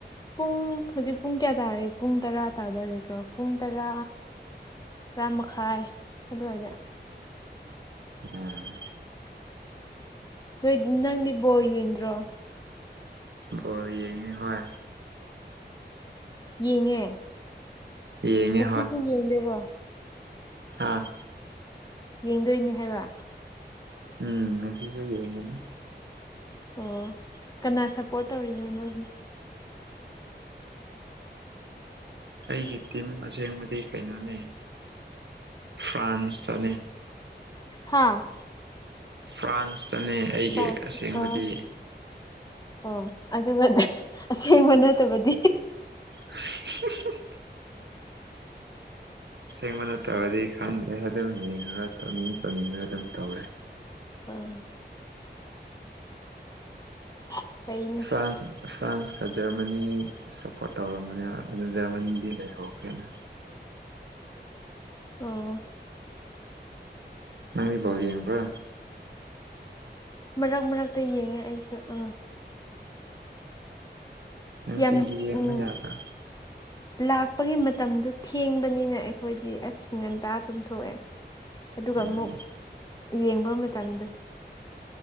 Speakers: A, on the left; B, on the right.
A: ꯄꯨꯡ ꯍꯧꯖꯤꯛ ꯄꯨꯡ ꯀꯌꯥ ꯇꯥꯔꯦ ꯄꯨꯡ ꯇꯔꯥ ꯇꯥꯗꯧꯔꯦꯀꯣ ꯄꯨꯡ ꯇꯔꯥ ꯇꯔꯥ ꯃꯈꯥꯏ ꯑꯗꯨꯋꯥꯏꯗ
B: ꯎꯝ
A: ꯅꯣꯏ ꯅꯪꯗꯤ ꯕꯣꯜ ꯌꯦꯡꯗ꯭ꯔꯣ
B: ꯕꯣꯜ ꯌꯦꯡꯉꯦ ꯍꯣꯏ
A: ꯌꯦꯡꯉꯦ
B: ꯌꯦꯡꯉꯦ
A: ꯉꯁꯤꯁꯨ ꯌꯦꯡꯗꯣꯏꯔꯣ
B: ꯑꯥ
A: ꯌꯦꯡꯗꯣꯏꯅꯦ ꯍꯥꯏꯕ
B: ꯎꯝ ꯉꯁꯤꯁꯨ ꯌꯦꯡꯒꯅꯤ
A: ꯑꯣ ꯀꯅꯥ ꯁꯞꯄꯣꯔꯠ ꯇꯧꯔꯤꯅꯣ ꯅꯣꯏꯕꯣ
B: ꯑꯩꯒꯤ ꯇꯤꯝ ꯑꯁꯦꯡꯕꯗꯤ ꯀꯩꯅꯣꯅꯤ ꯐ꯭ꯔꯥꯟꯁꯇꯅꯦ
A: ꯍꯥꯥ
B: ꯐ꯭ꯔꯥꯟꯁꯇꯅꯦ ꯑꯩꯒꯤ
A: ꯐ꯭ꯔꯥꯟꯁ
B: ꯑꯁꯦꯡꯕꯗꯤ
A: ꯑꯣ ꯑꯣ ꯑꯗꯨꯒ ꯑꯁꯦꯡꯕ ꯅꯠꯇꯕꯗꯤ
B: <unintelligible> ꯁꯦꯡꯕ ꯅꯠꯇꯕꯗꯤ ꯈꯪꯗ꯭ꯔꯦ ꯑꯗꯨꯝ ꯌꯦꯡꯉꯒ ꯇꯧꯅꯤꯡ ꯇꯧꯅꯤꯡꯉꯒ ꯑꯗꯨꯝ ꯇꯧꯔꯦ
A: ꯎꯝ <unintelligible> ꯐꯩꯅꯦ
B: ꯐ꯭ꯔꯥꯟ ꯐ꯭ꯔꯥꯟꯁꯀ ꯖꯔꯃꯅꯤ ꯁꯞꯄꯣꯔꯠ ꯇꯧꯔꯝꯕꯅꯦꯕ ꯑꯗꯨ ꯖꯔꯃꯅꯤꯗꯤ ꯂꯩꯍꯧꯈ꯭ꯔꯦꯅ
A: ꯑꯣ
B: ꯅꯪꯗꯤ ꯕꯣꯜ ꯌꯦꯡꯕ꯭ꯔꯥ
A: ꯃꯔꯛ ꯃꯔꯛꯇ ꯌꯦꯡꯉꯦ ꯑꯩꯁꯨ ꯑꯥ
B: ꯎꯝ ꯅꯨꯡꯇꯤꯒꯤ
A: ꯌꯥꯝ
B: ꯌꯦꯡꯕ
A: ꯎꯝ
B: <unintelligible>
A: ꯂꯥꯛꯄꯒꯤ ꯃꯇꯝꯗꯣ ꯊꯦꯡꯕꯅꯤꯅ ꯑꯩꯈꯣꯏꯗꯤ ꯑꯁ ꯉꯟꯇꯥ ꯇꯨꯝꯊꯣꯛꯑꯦ ꯑꯗꯨꯒ
B: ꯎꯝ
A: ꯑꯃꯨꯛ ꯌꯦꯡꯕ ꯃꯇꯝꯗꯣ